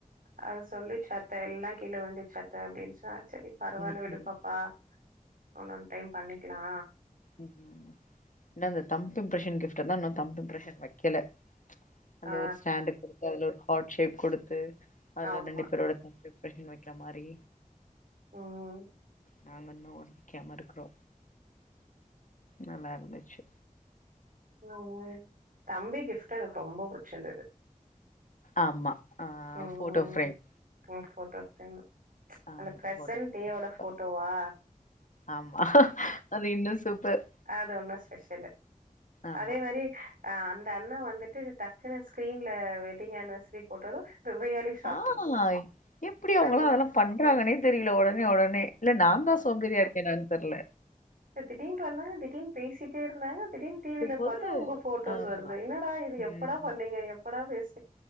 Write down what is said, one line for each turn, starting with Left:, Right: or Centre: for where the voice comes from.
Right: அது சொல்லிச்சாத்த எல்லா கீலே வந்துச்சாத்த அப்டின்ச சரி பரவால்ல
Left: ம்
Right: விடுப்பாப்பா
Left: ம்
Right: இன்னொன் டைம் பண்ணிக்கலா
Left: ம் ம் இன்னா இந்த தம்ப் இப்ரெஷன் கிஃப்ட்டுதா இன்னு தம்ப் இம்ப்ரெஷன் வைக்கல அந்த
Right: ஆ
Left: ஒரு ஸ்டாண்டு குடுத்து அதுல இருக் ஹாட்ஷேப் கொடுத்து அதுல
Right: ஆமா.
Left: ரெண்டு பேரோட <unintelligible> ரேஷன் வைக்கிற மாரி
Right: உம்
Left: நாங்க இன்னு <unintelligible> இருக்குறோ நல்லா இருந்துச்சு
Right: ம் ம் தம்பி கிஃப்டு எனக்கு ரொம்ப புடிச்சிருந்தது
Left: ஆமா ஆ
Right: ம்,
Left: ஃபோட்டோஃபிரேம்
Right: ம் ஃபோட்டோ ஃப்ரேம்.
Left: ஆம்
Right: அந்த ப்ரெசன்ட்
Left: ஃபோட்டோஃபிரேம்
Right: டேவோட
Left: <unintelligible>
Right: ஃபோட்டோவா
Left: ஆமா அது இன்னு சூப்பர்
Right: அதொன்னா ஸ்பெஷலு
Left: ஆமா
Right: அதே மாரி அஹ் அந்த அண்ணா வந்துட்டு டக்குன்னு ஸ்க்ரீன்ல வெட்டிங் ஆனிவர்சரி போட்டதும் ரியலி ஷாக்கிங்.
Left: ஆய் எப்டி அவங்கல்லா
Right: அது
Left: அதல்லா பண்றாங்கனே தெரியல உடனே உடனே இல்ல நான்தா சோம்பேறியா இருக்கேனான்னு தெர்ல
Right: த் திடீர்ன்ட்டு வந்தாங்க திடீர்னு பேசிட்டே இருந்தாங்க திடீர்னு டிவில
Left: இருக்கும்போது
Right: பாத்தா உங்க ஃபோட்டோஸ்
Left: ஆமா
Right: வருது என்னடா இது
Left: ம்
Right: எப்படா பண்ணீங்க எப்படா ஃபேஸ்